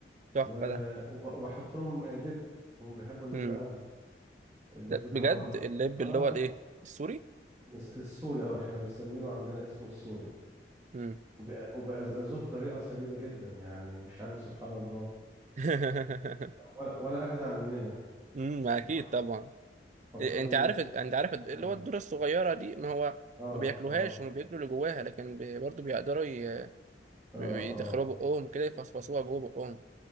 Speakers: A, on the right; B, on the right.
A: تحفة
B: و-
A: ده
B: وب- وبحط لهم لب هم بيحبوا اللب
A: امم
B: قوي اللب
A: ده
B: اللي
A: بجد
B: هو
A: اللب
B: اه
A: اللي هو الايه؟ السوري؟
B: مس- السوري اه احنا مسمينه عندنا اسمه السوري
A: امم
B: وب- وبأزأزوه بطريقة سليمة جدا يعني مش عارف سبحان الله
A: <laughs>
B: ولا ولا أجدع مننا
A: امم اكيد
B: يح-
A: طبعا
B: يحطها
A: انت
B: بين
A: عارف
B: الم...
A: انت عارف اللي
B: اه
A: هو الذره الصغيره دي ما هو
B: اه
A: ما بياكلوهاش
B: اه
A: هم بياكلوا اللي جواها لكن بي- برضه بيقدروا ي-
B: اه
A: يدخلوها
B: اه
A: بقهم كده يفصفصوها جوه بقهم